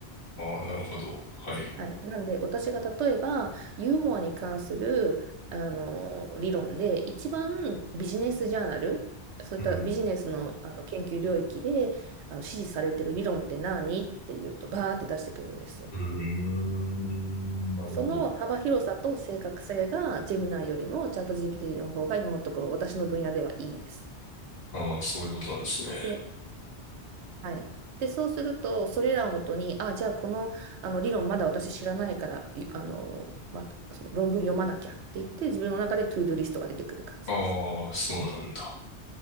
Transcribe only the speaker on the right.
はい。なんで私が例えばユーモアに関するあの理論で一番ビジネスジャーナル、そういったビジネスの、
あの研究領域であの支持されてる理論って何っていうとバーって出してくれるんですよ。
その幅広さと正確性がジェミナイよりもチャット GPT の方が今のところ私の分野ではいいんです。
で、はい。で、そうすると、それらをもとに、あ、じゃあこの、あの理論まだ私知らないから、いあの、まあ、その論文読まなきゃって言って、自分の中でトゥードゥリストが出てくる感じです。